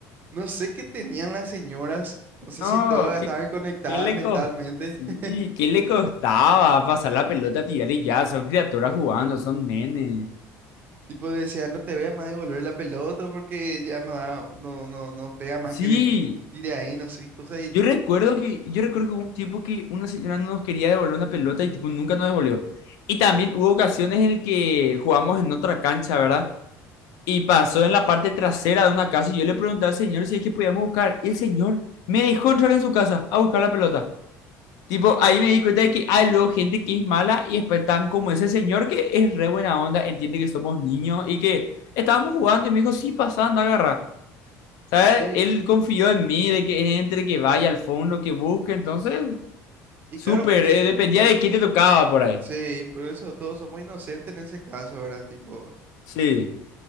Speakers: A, on the right (about 30°); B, on the left (about 65°).
A: no sé qué tenían las señoras, no sé
B: No,
A: si todas
B: ¿qué,
A: estaban conectadas
B: qué le
A: mentalmente,
B: costó? Sí,
A: <laughs>
B: ¿qué le costaba pasar la pelota, tirar y ya? Son criaturas jugando, son nenes.
A: tipo, decían, no te voy a más devolver la pelota porque ya no da, no, no, no pega más
B: Sí,
A: que me tire ahí, no sé, cosas, y,
B: yo recuerdo que, yo recuerdo que hubo un tiempo que una señora no nos quería devolver una pelota y tipo nunca nos devolvió. Y también hubo ocasiones en el que jugamos en otra cancha, ¿verdad? Y pasó en la parte trasera de una casa y yo le pregunté al señor si es que podíamos buscar. Y el señor me dejó entrar en su casa a buscar la pelota. Tipo, ahí me di cuenta de que hay luego gente que es mala y después tan como ese señor que es re buena onda, entiende que somos niños y que estábamos jugando y me dijo, sí, pasa, anda, agarra. ¿Sabes?
A: y sí,
B: Él confió en mí, de que entre, que vaya al fondo, que busque. Entonces,
A: y
B: súper,
A: claro, porque,
B: eh, dependía
A: y
B: de qué te tocaba por ahí.
A: sí, por eso todos somos inocentes en ese caso, ¿verdad? Tipo,
B: Sí,
A: mm,